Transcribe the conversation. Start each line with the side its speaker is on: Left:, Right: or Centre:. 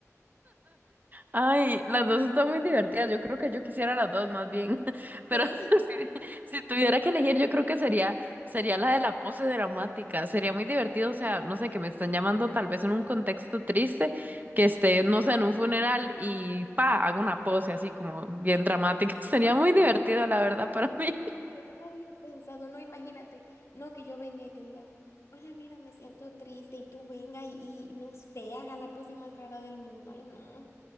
Right: Ay, las dos están muy divertidas. Yo creo que yo quisiera las dos más bien. <laughs> Pero
Left: ¿Qué?
Right: <laughs> si, si tuviera que elegir, yo creo que sería, sería la de la pose dramática. Sería muy divertido, o sea, no sé, que me están llamando tal vez en un contexto triste, que esté, no sé, en un funeral y pa, hago una pose así como bien dramática. <laughs> Sería
Left: Yo
Right: muy divertido, la verdad, para <laughs> mí.
Left: no lo había pensado, no, imagínate, no que yo venga y te diga, hola, mira, me siento triste y tú venga y, y no sé, haga la pose más rara del mundo, ay, no.